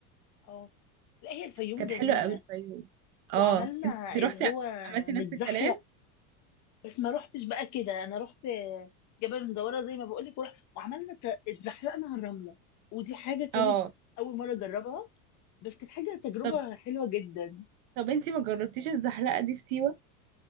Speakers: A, on the left; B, on the right.
A: اه لا هي الفيوم
B: كانت
A: جميله
B: حلوة قوي الفيوم
A: وعملنا
B: اه انتي
A: اللي
B: رحتي
A: هو
B: عملتي
A: نتزحلق
B: نفس الكلام
A: بس ما روحتش بقى كده انا رحت جبل المدوره زي ما بقول لك وعملنا ت- اتزحلقنا على الرمله ودي حاجه كانت
B: اه
A: اول مره اجربها بس كانت حاجه تجربه
B: طب
A: حلوه جدا
B: طب انتي ما جربتيش الزحلقة دي في سيوة